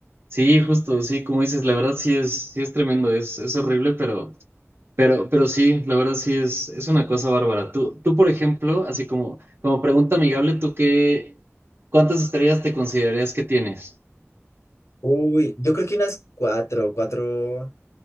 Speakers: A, on the right (about 50°); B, on the left (about 70°).
A: Sí, justo, sí, como dices, la verdad sí es, sí es tremendo, es, es horrible, pero... Pero, pero sí, la verdad sí es, es una cosa bárbara. Tú, tú, por ejemplo, así como, como pregunta amigable, ¿tú qué, cuántas estrellas te considerarías que tienes?
B: Uy, yo creo que unas cuatro, cuatro,